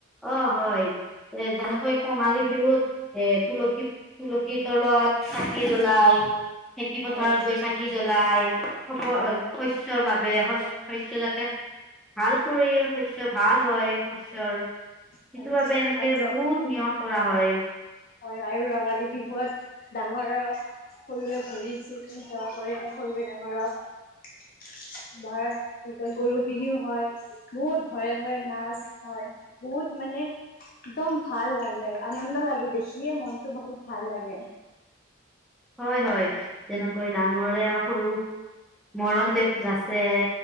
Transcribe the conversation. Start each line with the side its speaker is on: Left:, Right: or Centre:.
Centre: অ হয় এ যেনেকৈ কঙালী বিহুত এ। তুলসী তুলসীৰ তলত চাকি জ্বলাই। খেতি পথাৰত
Left: হয়
Centre: গৈ চাকি জ্বল। লাই ব শস্যৰ বাবে শ শস্যৰ যাতে ভাল কৰি শস্যৰ ভাল হয় শস্যৰ। সেইটো
Left: হয়
Centre: বাবে
Left: হয়
Centre: এনেকে
Left: আৰু
Centre: বহুত নিয়ম কৰা হয়।
Left: হয় আৰু ৰঙালী বিহুত ডাঙৰক সৰুৱে ভৰিত চুই কিনে সেৱা কৰে সৰুৱে ডাঙৰক বা কি কয় গৰু বিহু হয় বহুত ঘৰে ঘৰে নাচ হয় বহুত মানে একদম ভাল লাগে আৰু আনন্দ লাগে দেখি। খিয়ে মনতটো বহুত ভাল লাগে।
Centre: হয় হয় যেনেকৈ ডাঙৰে সৰু মৰম যাচে